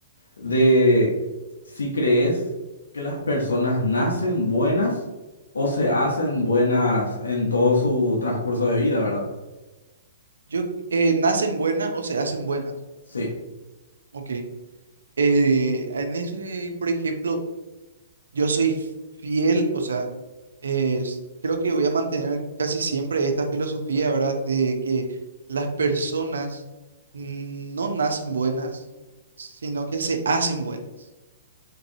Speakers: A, on the left; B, on the right.
A: De si crees que las personas nacen buenas o se hacen buenas en todo su transcurso de vida, ¿verdad?
B: Yo, eh, ¿nacen buenas o se hacen buenas?
A: Sí,
B: Ok. Eh, en ese, por ejemplo, Yo soy fiel, o sea, es- creo que voy a mantener casi siempre esta filosofía, ¿verdad? De que las personas no nacen buenas, sino que se hacen buenas,